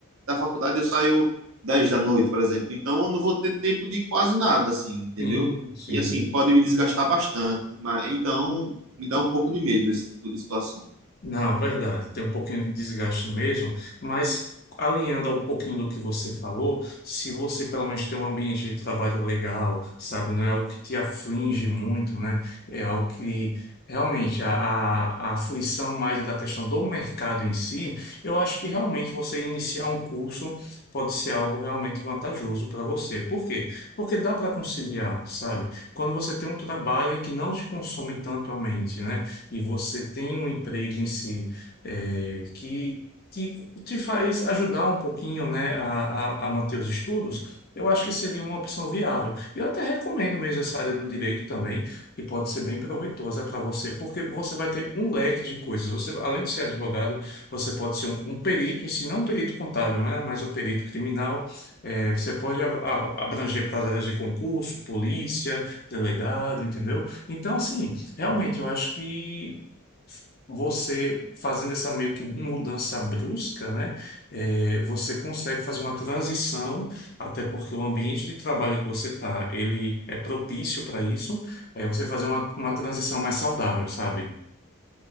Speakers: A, on the right; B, on the left.
A: da faculdade eu saio 10 da noite, por exemplo. Então, eu não vou ter tempo de quase nada assim, entendeu?
B: Sim, sim.
A: E assim, pode me desgastar bastante, mas então me dá um pouco de medo esse tipo de situação.
B: Não, verdade, tem um pouquinho de desgaste mesmo, mas alinhando a um pouquinho do que você falou, se você pelo menos tem um ambiente de trabalho legal, sabe, não é algo que te aflige muito, né? É algo que realmente a, a, a aflição mais é da questão do mercado em si, eu acho que realmente você iniciar um curso pode ser algo realmente vantajoso para você. Por quê? Porque dá para conciliar, sabe? Quando você tem um trabalho em que não te consome tanto a mente, né? e você tem um emprego em si é, que te, te faz ajudar um pouquinho, né, a, a, a manter os estudos, eu acho que seria uma opção viável. Eu até recomendo mesmo essa área do direito também, que pode ser bem proveitosa para você, porque você vai ter um leque de coisas. Você, além de ser advogado, você pode ser um, um perito em si, não um perito contábil, né, mas um perito criminal. É, você pode a- a- abranger para as áreas de concurso, polícia, delegado, entendeu? Então, assim. Realmente, eu acho que você fazendo essa meio que mudança brusca, né, é, você consegue fazer uma transição, até porque o ambiente de trabalho que você está, ele é propício para isso, é você fazer uma, uma transição mais saudável, sabe?